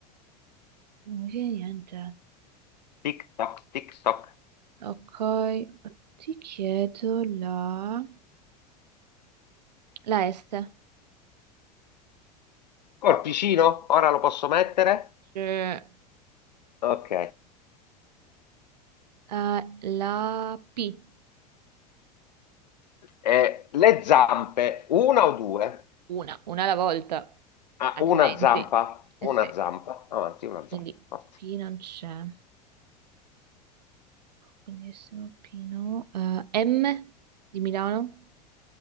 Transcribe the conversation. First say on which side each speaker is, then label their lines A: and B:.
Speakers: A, on the right (about 75°); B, on the left (about 85°).
A: mi viene niente.
B: Tic toc, tic toc.
A: Ok, ti chiedo la... La S.
B: Col piscino, ora lo posso mettere?
A: C'è,
B: Ok.
A: eh, la P.
B: Eh, le zampe, una o due?
A: Una, una alla volta,
B: Ah,
A: altrimenti.
B: una zampa,
A: Eh sì.
B: una zampa, avanti, una
A: Quindi
B: zampa. forza.
A: P non c'è. Quindi sono Pino. eh, M di Milano.